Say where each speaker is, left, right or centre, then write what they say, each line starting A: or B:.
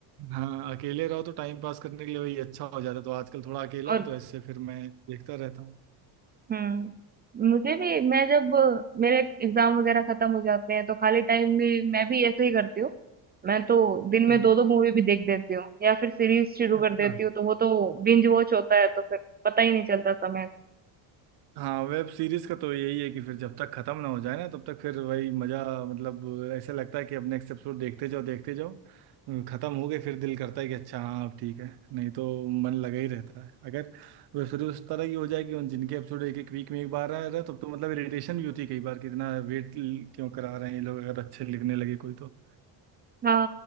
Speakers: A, on the right; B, on the right.
A: हाँ अकेले रहो तो टाइम पास करने के लिए वही अच्छा हो जाता है तो आजकल थोड़ा अकेला
B: और
A: हूँ तो ऐसे फिर मैं देखता रहता हूँ
B: हम्म मुझे भी मैं जब अ, मेरे एग्जाम वगैरह खत्म हो जाते हैं तो खाली टाइम में मैं भी ऐसे ही करती हूँ मैं तो दिन में
A: हाँ,
B: दो दो मूवी भी देख देती हूँ या फिर सीरीज शुरू
A: अच्छा
B: कर देती हूँ तो वो तो बिंज वॉच होता है तो फिर पता ही नहीं चलता समय
A: हाँ वेब सीरीज का तो यही है कि फिर जब तक खत्म ना हो जाए ना तब तक फिर वही मजा मतलब ऐसे लगता है कि अब नेक्स्ट एपिसोड देखते जाओ देखते जाओ हम्म, खत्म हो गए फिर दिल करता है कि अच्छा हाँ अब ठीक है नहीं तो मन लगा ही रहता है अगर वेब सीरीज उस तरह की हो जाए कि उन जिनके एपिसोड एक एक वीक में एक बार आ रहा है तब तो मतलब इरिटेशन भी होती है कई बार कि इतना वेट क्यों करा रहे हैं ये लोग अगर अच्छे लिखने लगे कोई तो
B: हाँ